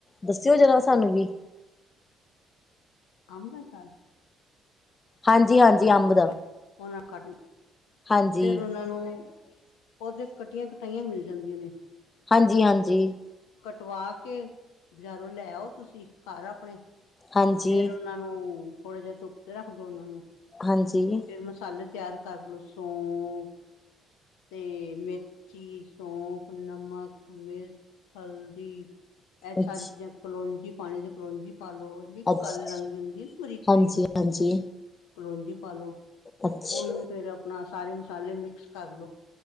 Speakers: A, on the left; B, on the left.
A: ਦੱਸਿਓ ਜਰਾ ਸਾਨੂੰ ਵੀ
B: ਅੱਮ ਦਾ ਅਚਾਰ
A: ਹਾਂਜੀ ਹਾਂਜੀ
B: ਹਾਂ
A: ਅੰਬ ਦਾ
B: ਵੀ ਉਹਨਾਂ ਕੱਟ
A: ਹਾਂਜੀ
B: ਫੇਰ ਉਹਨਾਂ ਨੂੰ ਉਹ ਤੇ ਕਟੀਆਂ ਕਟਾਈਆਂ ਮਿਲ ਜਾਂਦੀਆਂ ਨੇ।
A: ਹਾਂਜੀ ਹਾਂਜੀ।
B: ਕਟਵਾ ਕੇ ਬਜਾਰੋਂ ਲੈ ਆਓ ਤੁਸੀਂ ਘਰ ਆਪਣੇ
A: ਹਾਂਜੀ
B: ਫੇਰ ਉਹਨਾਂ ਨੂੰ ਥੋੜਾ ਜਿਹਾ ਧੁੱਪ ਤੇ ਰੱਖਦੋ ਉਹਨਾਂ ਨੂੰ
A: ਹਾਂਜੀ।
B: ਫੇਰ ਮਸਾਲੇ ਤਿਆਰ ਕਰ ਲੋ ਸੋਂਫ ਤੇ ਮੇਥੀ ਸੌਂਫ, ਨਮਕ, ਮਿਰਚ ਹਲਦੀ ਇਹ ਸਾਰੀ
A: ਅੱਛਾ
B: ਚੀਜ਼ਾਂ ਕਲੋਂਜੀ ਪਾਣੀ ਦੇ ਕਲੋਂਜੀ ਪਾ ਲੋ
A: ਅੱਛਾ
B: ਕਾਲੇ ਰੰਗ ਦੀ ਹੁੰਦੀ ਹੈ ਨਾ ਬਰੀਕ
A: ਹਾਂਜੀ
B: ਬਰੀਕ
A: ਹਾਂਜੀ
B: ਕਲੋਂਜੀ ਪਾਲੋ
A: ਅੱਛਾ
B: ਉਹਨੂੰ ਫੇਰ ਆਪਣਾ ਸਾਰੇ ਮਸਾਲੇ ਮਿਕਸ ਕਰ ਲੋ।